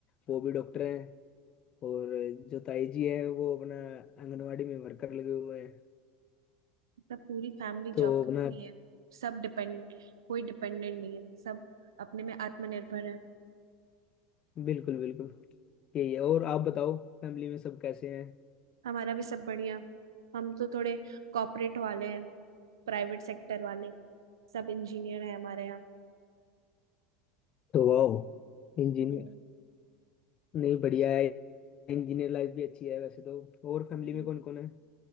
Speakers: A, on the left; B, on the right.
A: वो भी डॉक्टर हैं और जो ताई जी हैं वो अपना आंगनवाड़ी में वर्कर लगे हुए हैं
B: सब पूरी फैमिली
A: तो
B: जॉब करती
A: अपना
B: है सब डिपेंड कोई डिपेंडेंट नहीं है सब अपने में आत्मनिर्भर है
A: बिल्कुल बिल्कुल यही है और आप बताओ फैमिली में सब कैसे हैं
B: हमारा भी सब बढ़िया हम तो थोड़े कॉर्पोरेट वाले हैं प्राइवेट सेक्टर वाले सब इंजीनियर है हमारे यहाँ
A: तो वाह इंजीनियर
B: हम्म
A: नहीं बढ़िया है इंजीनियर लाइफ भी अच्छी है वैसे तो और फैमिली
B: हम्म।
A: में कौन कौन है